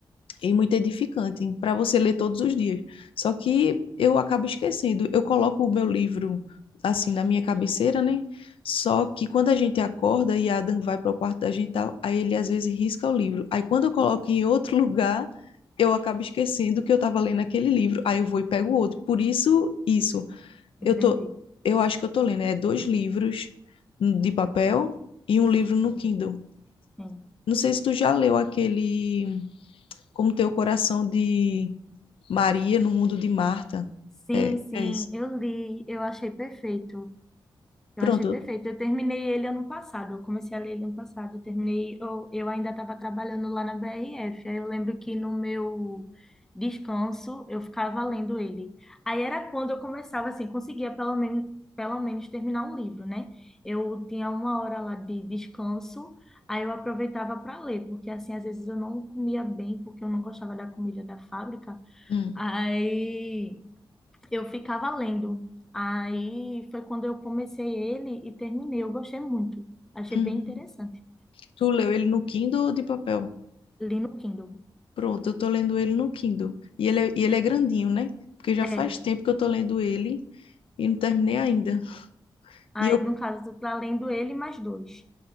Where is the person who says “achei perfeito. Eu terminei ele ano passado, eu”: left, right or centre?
Centre